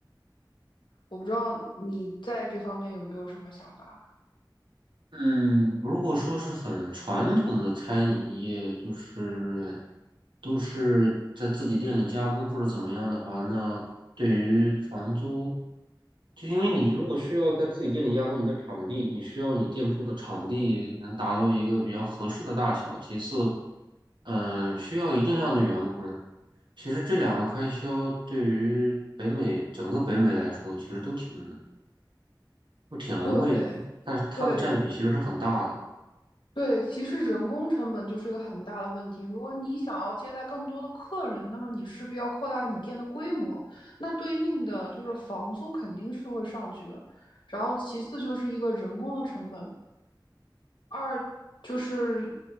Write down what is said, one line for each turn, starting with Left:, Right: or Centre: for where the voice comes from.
Left: 我不知道你在这方面有没有什么想法？
Right: 嗯，如果说是很传统的餐饮业，就是都是在自己店里加工或者怎么样的话，那对于房租，就因为你如果需要在自己店里加工你的场地，你需要你店铺的场地能达到一个比较合适的大小，其次，嗯，需要一定量的员工。其实这两个开销对于北美整个北美来说，其实都挺不挺昂贵的，
Left: 对
Right: 但是它的占比其实是很大的。
Left: 对，对，其实人工成本就是一个很大的问题。如果你想要接待更多的客人，那么你势必要扩大你店的规模，那对应的就是房租肯定是会上去的。然后其次就是一个人工的成本，二就是